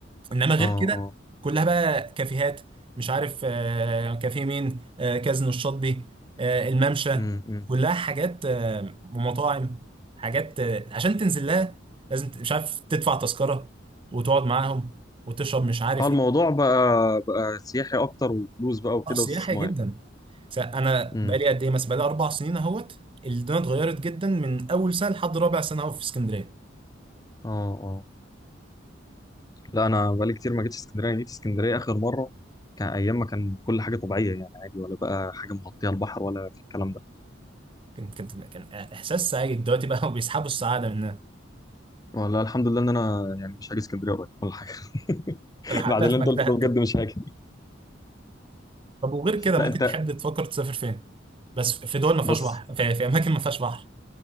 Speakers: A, on the right; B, on the left.
A: انما غير
B: اه
A: كده
B: اه
A: كلها بقى كافيهات مش عارف آه، كافيه مين آه، كازينو الشاطبي آه، الممشى
B: امم أمم.
A: كلها حاجات آه، ومطاعم حاجات آه، عشان تنزل لها لازم ت- مش عارف تدفع تذكرة وتقعد معاهم وتشرب مش عارف
B: اه الموضوع
A: ايه
B: بقى بقى سياحي اكتر وفلوس بقى وكده
A: اه سياحي
B: واستثمار
A: جدا س- انا
B: امم
A: بقالي قد ايه مثلا بقالي اربع سنين اهوت الدنيا اتغيرت جدا من اول سنه لحد رابع سنه اهو في اسكندريه
B: اه اه لا انا بقالي كتير ما جيتش اسكندريه جيت اسكندريه اخر مره كان ايام ما كان كل حاجه طبيعيه يعني عادي ولا بقى حاجه مغطيه البحر ولا في الكلام ده
A: كان كان كان احساس سعيد دلوقتي بقى <laughs> هو بيسحبوا السعاده منها
B: ولا الحمد لله ان انا يعني مش هاجي اسكندريه قريب ولا حاجه <laughs>
A: <laughs> لحقتها
B: بعد اللي
A: في
B: انت
A: مجدها
B: قلته ده بجد مش هاجي
A: طب وغير كده ممكن
B: لا انت
A: تحب تفكر تسافر فين بس في دول ما فيهاش
B: بص
A: بحر في, في اماكن ما فيهاش بحر